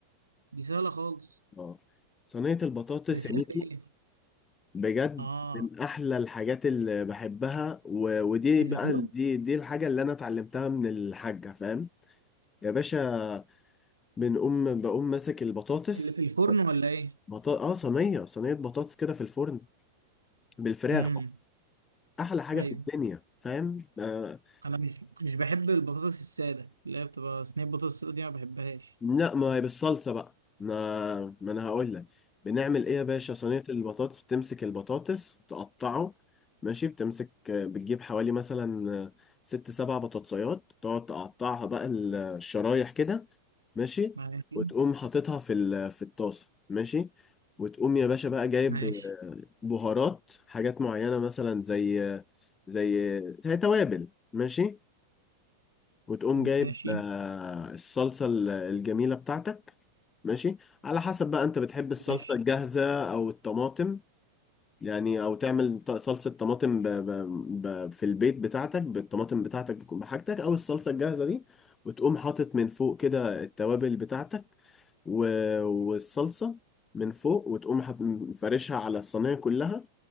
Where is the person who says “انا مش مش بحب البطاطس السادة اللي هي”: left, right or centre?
Right